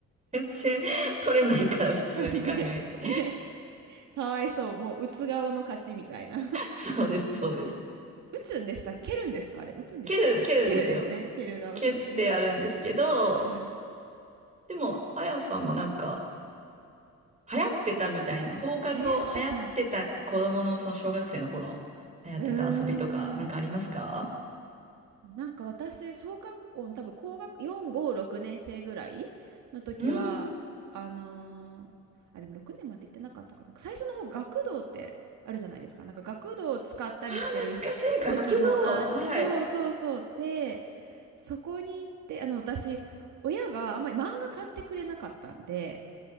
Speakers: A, on the right; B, on the right.
A: 全然取れないから普通に考えて。
B: <laughs> ね、ね、かわいそう。もう打つ側の勝ちみたいな
A: そうです、そうです。
B: 打つんでした蹴るんですかあれ打つんでしたっけ蹴るですよね。
A: 蹴る、蹴るですよ。
B: 蹴る側、
A: 蹴ってやるんですけど、
B: そうですね。うん。
A: でも、あやさんもなんか、流行ってたみたいな、放課後流行ってた子供のその小学生の頃流行ってた遊びとかなんかありますか
B: 流行ってた。うーん。なんか私、小学校の多分高学、4、5、6年生ぐらいの時は、
A: うん。
B: あのーあ、でも6年まで行ってなかったかな。最初の方、学童ってあるじゃないですか。なんか学童を使ったりしてる時もあって、
A: ああ、懐かしい。学童。はい。
B: そうそうそう。で、そこに行って、あの、私、親があんまり漫画買ってくれなかったんで、